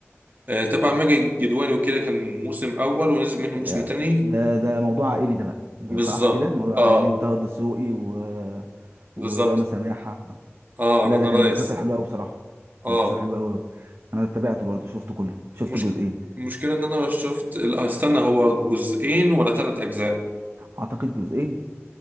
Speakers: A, on the right; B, on the right.
A: آه، تبع ماجد الجدواني وكده كان موسم اول ونزل منه موسم
B: يعني
A: تاني
B: ده ده موضوع عائلي ده بقى ده
A: بالظبط
B: صح كده موضوع
A: اه
B: عائلي وطه الدسوقي و...
A: بالظبط
B: ورانا سماحة
A: اه
B: لا
A: رنا
B: ده كان
A: رايس
B: مسلسل حلو قوي بصراحة
A: اه
B: كان مسلسل حلو قوي انا تابعته برضو شفته كله شفت
A: المش...
B: الجزئين
A: المشكلة ان انا شفت لا، استنى هو جزئين ولا ثلاث اجزاء
B: اعتقد جزئين